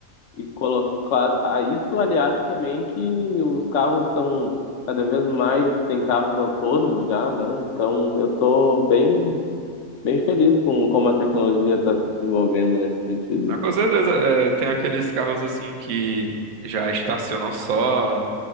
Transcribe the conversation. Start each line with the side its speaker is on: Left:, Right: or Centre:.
Left: E colocar a isso aliado também que os carros estão cada vez mais tem carros autônomos já, não? Então eu tô bem bem feliz com como a tecnologia está se desenvolvendo nesse sentido.
Right: Mas,
Left: <laughs>
Right: com certeza, é, tem aqueles carros assim que já estacionam só.